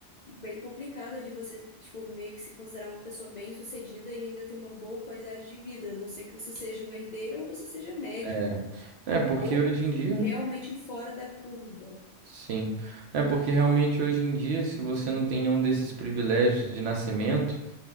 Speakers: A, on the left; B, on the right.
A: bem complicada de você, tipo, meio que se considerar uma pessoa bem-sucedida e ainda ter uma boa qualidade de vida, a não ser que você seja um herdeiro ou você seja médico,
B: É, É, porque
A: ou
B: hoje em dia
A: realmente fora da curva.
B: Sim. É porque realmente hoje em dia, se você não tem nenhum desses privilégios de nascimento,